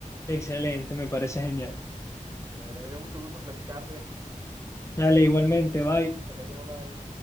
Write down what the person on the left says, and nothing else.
Excelente, me parece genial.
Dale, igualmente, bye.